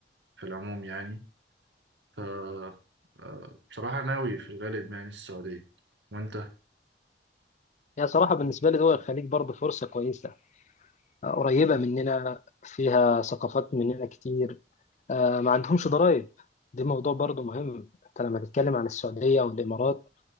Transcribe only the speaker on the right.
في العموم يعني ف آه، بصراحة ناوي في الغالب يعني السعودية وأنت